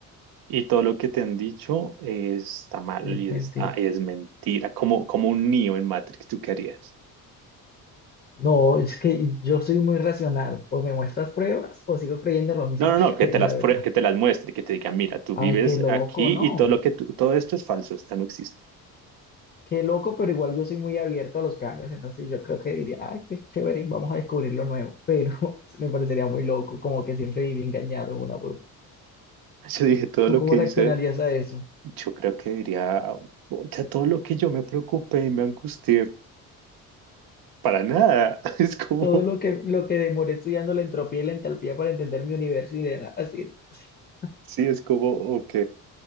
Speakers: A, on the right (about 65°); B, on the left (about 25°).
A: y todo lo que te han dicho está mal
B: Es
A: y
B: mentira.
A: está, es mentira, como, como un niño en Matrix, ¿tú qué harías?
B: No, es que yo soy muy racional. O me muestras pruebas o sigo creyendo lo mismo
A: No, no,
B: que
A: no,
B: <laughs>
A: que
B: creo,
A: te las,
B: la verdad.
A: prue- que te las muestre y que te diga, mira, tú
B: Ay,
A: vives
B: qué loco,
A: aquí
B: ¿no?
A: y todo lo que tú- todo esto es falso, esto no existe.
B: Qué loco, pero igual yo soy muy abierto a los cambios, entonces yo creo que diría, ay, pues chévere, vamos a descubrir lo nuevo, pero <laughs> me parecería muy loco, como que siempre viví engañado en una burbuja.
A: <laughs> Yo dije, todo
B: ¿Tú
A: lo
B: cómo
A: que
B: reaccionarías
A: hice,
B: a eso?
A: yo creo que diría, o sea, todo lo que yo me preocupé y me angustié, para nada, <laughs> es como...
B: Todo lo que, lo que demoré estudiando la entropía y la entalpía para entender mi universo y de nada sirve. <laughs>
A: Sí, es como, ok,